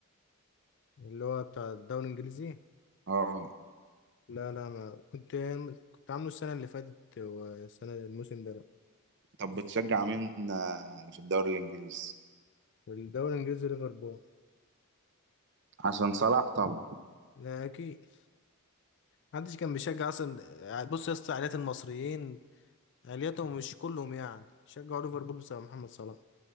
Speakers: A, on the left; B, on the right.
A: الله اللي هو بتاع الدوري الانجليزي
B: اه
A: لا لا ما كنت كنت عامله السنة اللي فاتت والسنة الموسم ده لا
B: طب بتشجع مين آه، في الدوري الانجليزي
A: الدوري الانجليزي ليفربول
B: عشان صلاح طبعا
A: لا اكيد محدش كان بيشجع اصلا بص يا اسطى عائلات المصريين عائلتهم مش كلهم يعني شجعوا ليفربول بسبب محمد صلاح